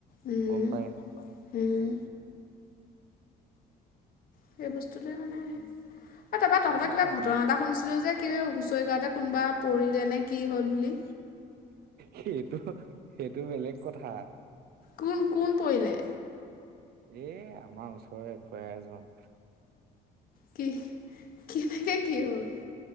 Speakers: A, on the left; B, on the right.
A: উম
B: গম পাই
A: হম সেই বস্তুটোৱে মানে এ তাপা
B: সেইটো
A: তহঁতৰ কিবা
B: চাব
A: ঘটনা
B: লাগে
A: এটা শুনিছিলো যে হুচৰি গাওঁতে কোনোবা পৰিলে নে কি হ'ল বুলি।
B: সেইটো সেইটো বেলেগ কথা।
A: কোন কোন পৰিলে?
B: এ আমাৰ ওচৰৰে খুৰা এজন।
A: কি কেনেকে কি হল?